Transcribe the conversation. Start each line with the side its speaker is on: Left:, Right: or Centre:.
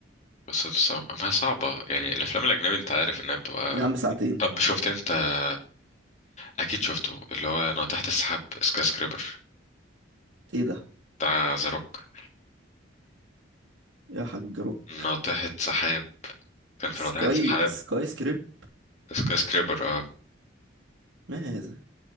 Left: بس صعب ما هي صعبة يعني الأفلام الأجنبي أنت عارف إنها بتبقى
Right: يا عم ساعتين
Left: طب شفت أنت أكيد شفته اللي هو ناطحة السحاب سكاي سكريبر
Right: ايه ده
Left: بتاع ذا روك
Right: يا حاج روك
Left: ناطحة سحاب كان في
Right: سكاي
Left: ناطحة سحاب
Right: سكاي سكريبت
Left: سكاي سكريبر اه
Right: ما هذا